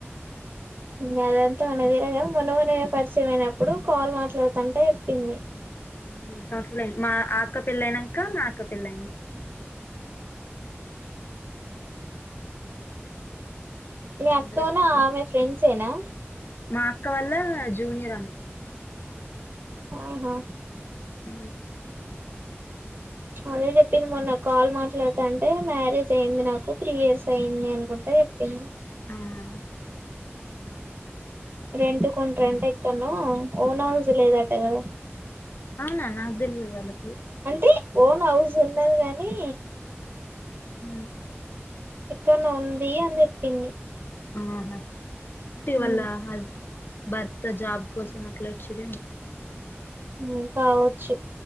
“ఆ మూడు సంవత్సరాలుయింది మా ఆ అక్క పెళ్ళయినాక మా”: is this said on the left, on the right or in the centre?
Left